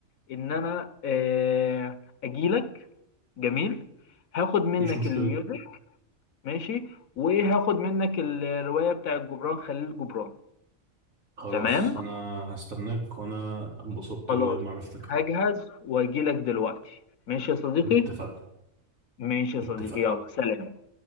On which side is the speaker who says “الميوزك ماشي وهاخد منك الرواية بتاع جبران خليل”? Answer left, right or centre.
Left